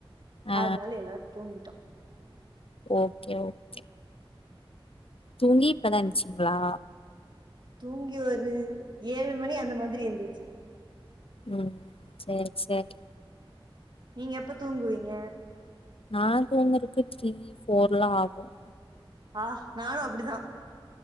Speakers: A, on the left; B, on the right.
A: ஆ
B: அதனால எல்லாரும் தூங்கிட்டோம்
A: ஓகே ஓகே தூங்கி இப்பதான் எந்திரிச்சீங்களா
B: தூங்கி ஒரு ஏழு மணி அந்த மாதிரி எந்திரிச்சேன்
A: உம் சேரி சேரி
B: நீங்க எப்ப தூங்குவீங்க
A: நான் தூங்குறக்கு த்ரீ போர்லாம் ஆகம்
B: ஆஹ் நானும் அப்படிதான்